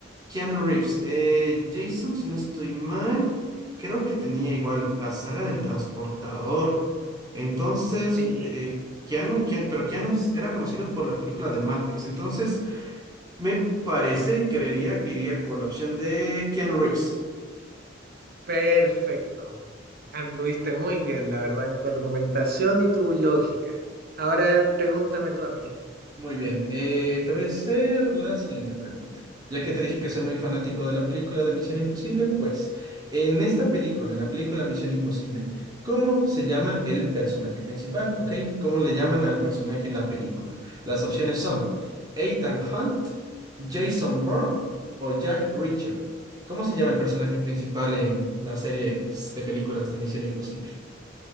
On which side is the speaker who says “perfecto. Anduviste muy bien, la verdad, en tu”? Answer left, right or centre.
Right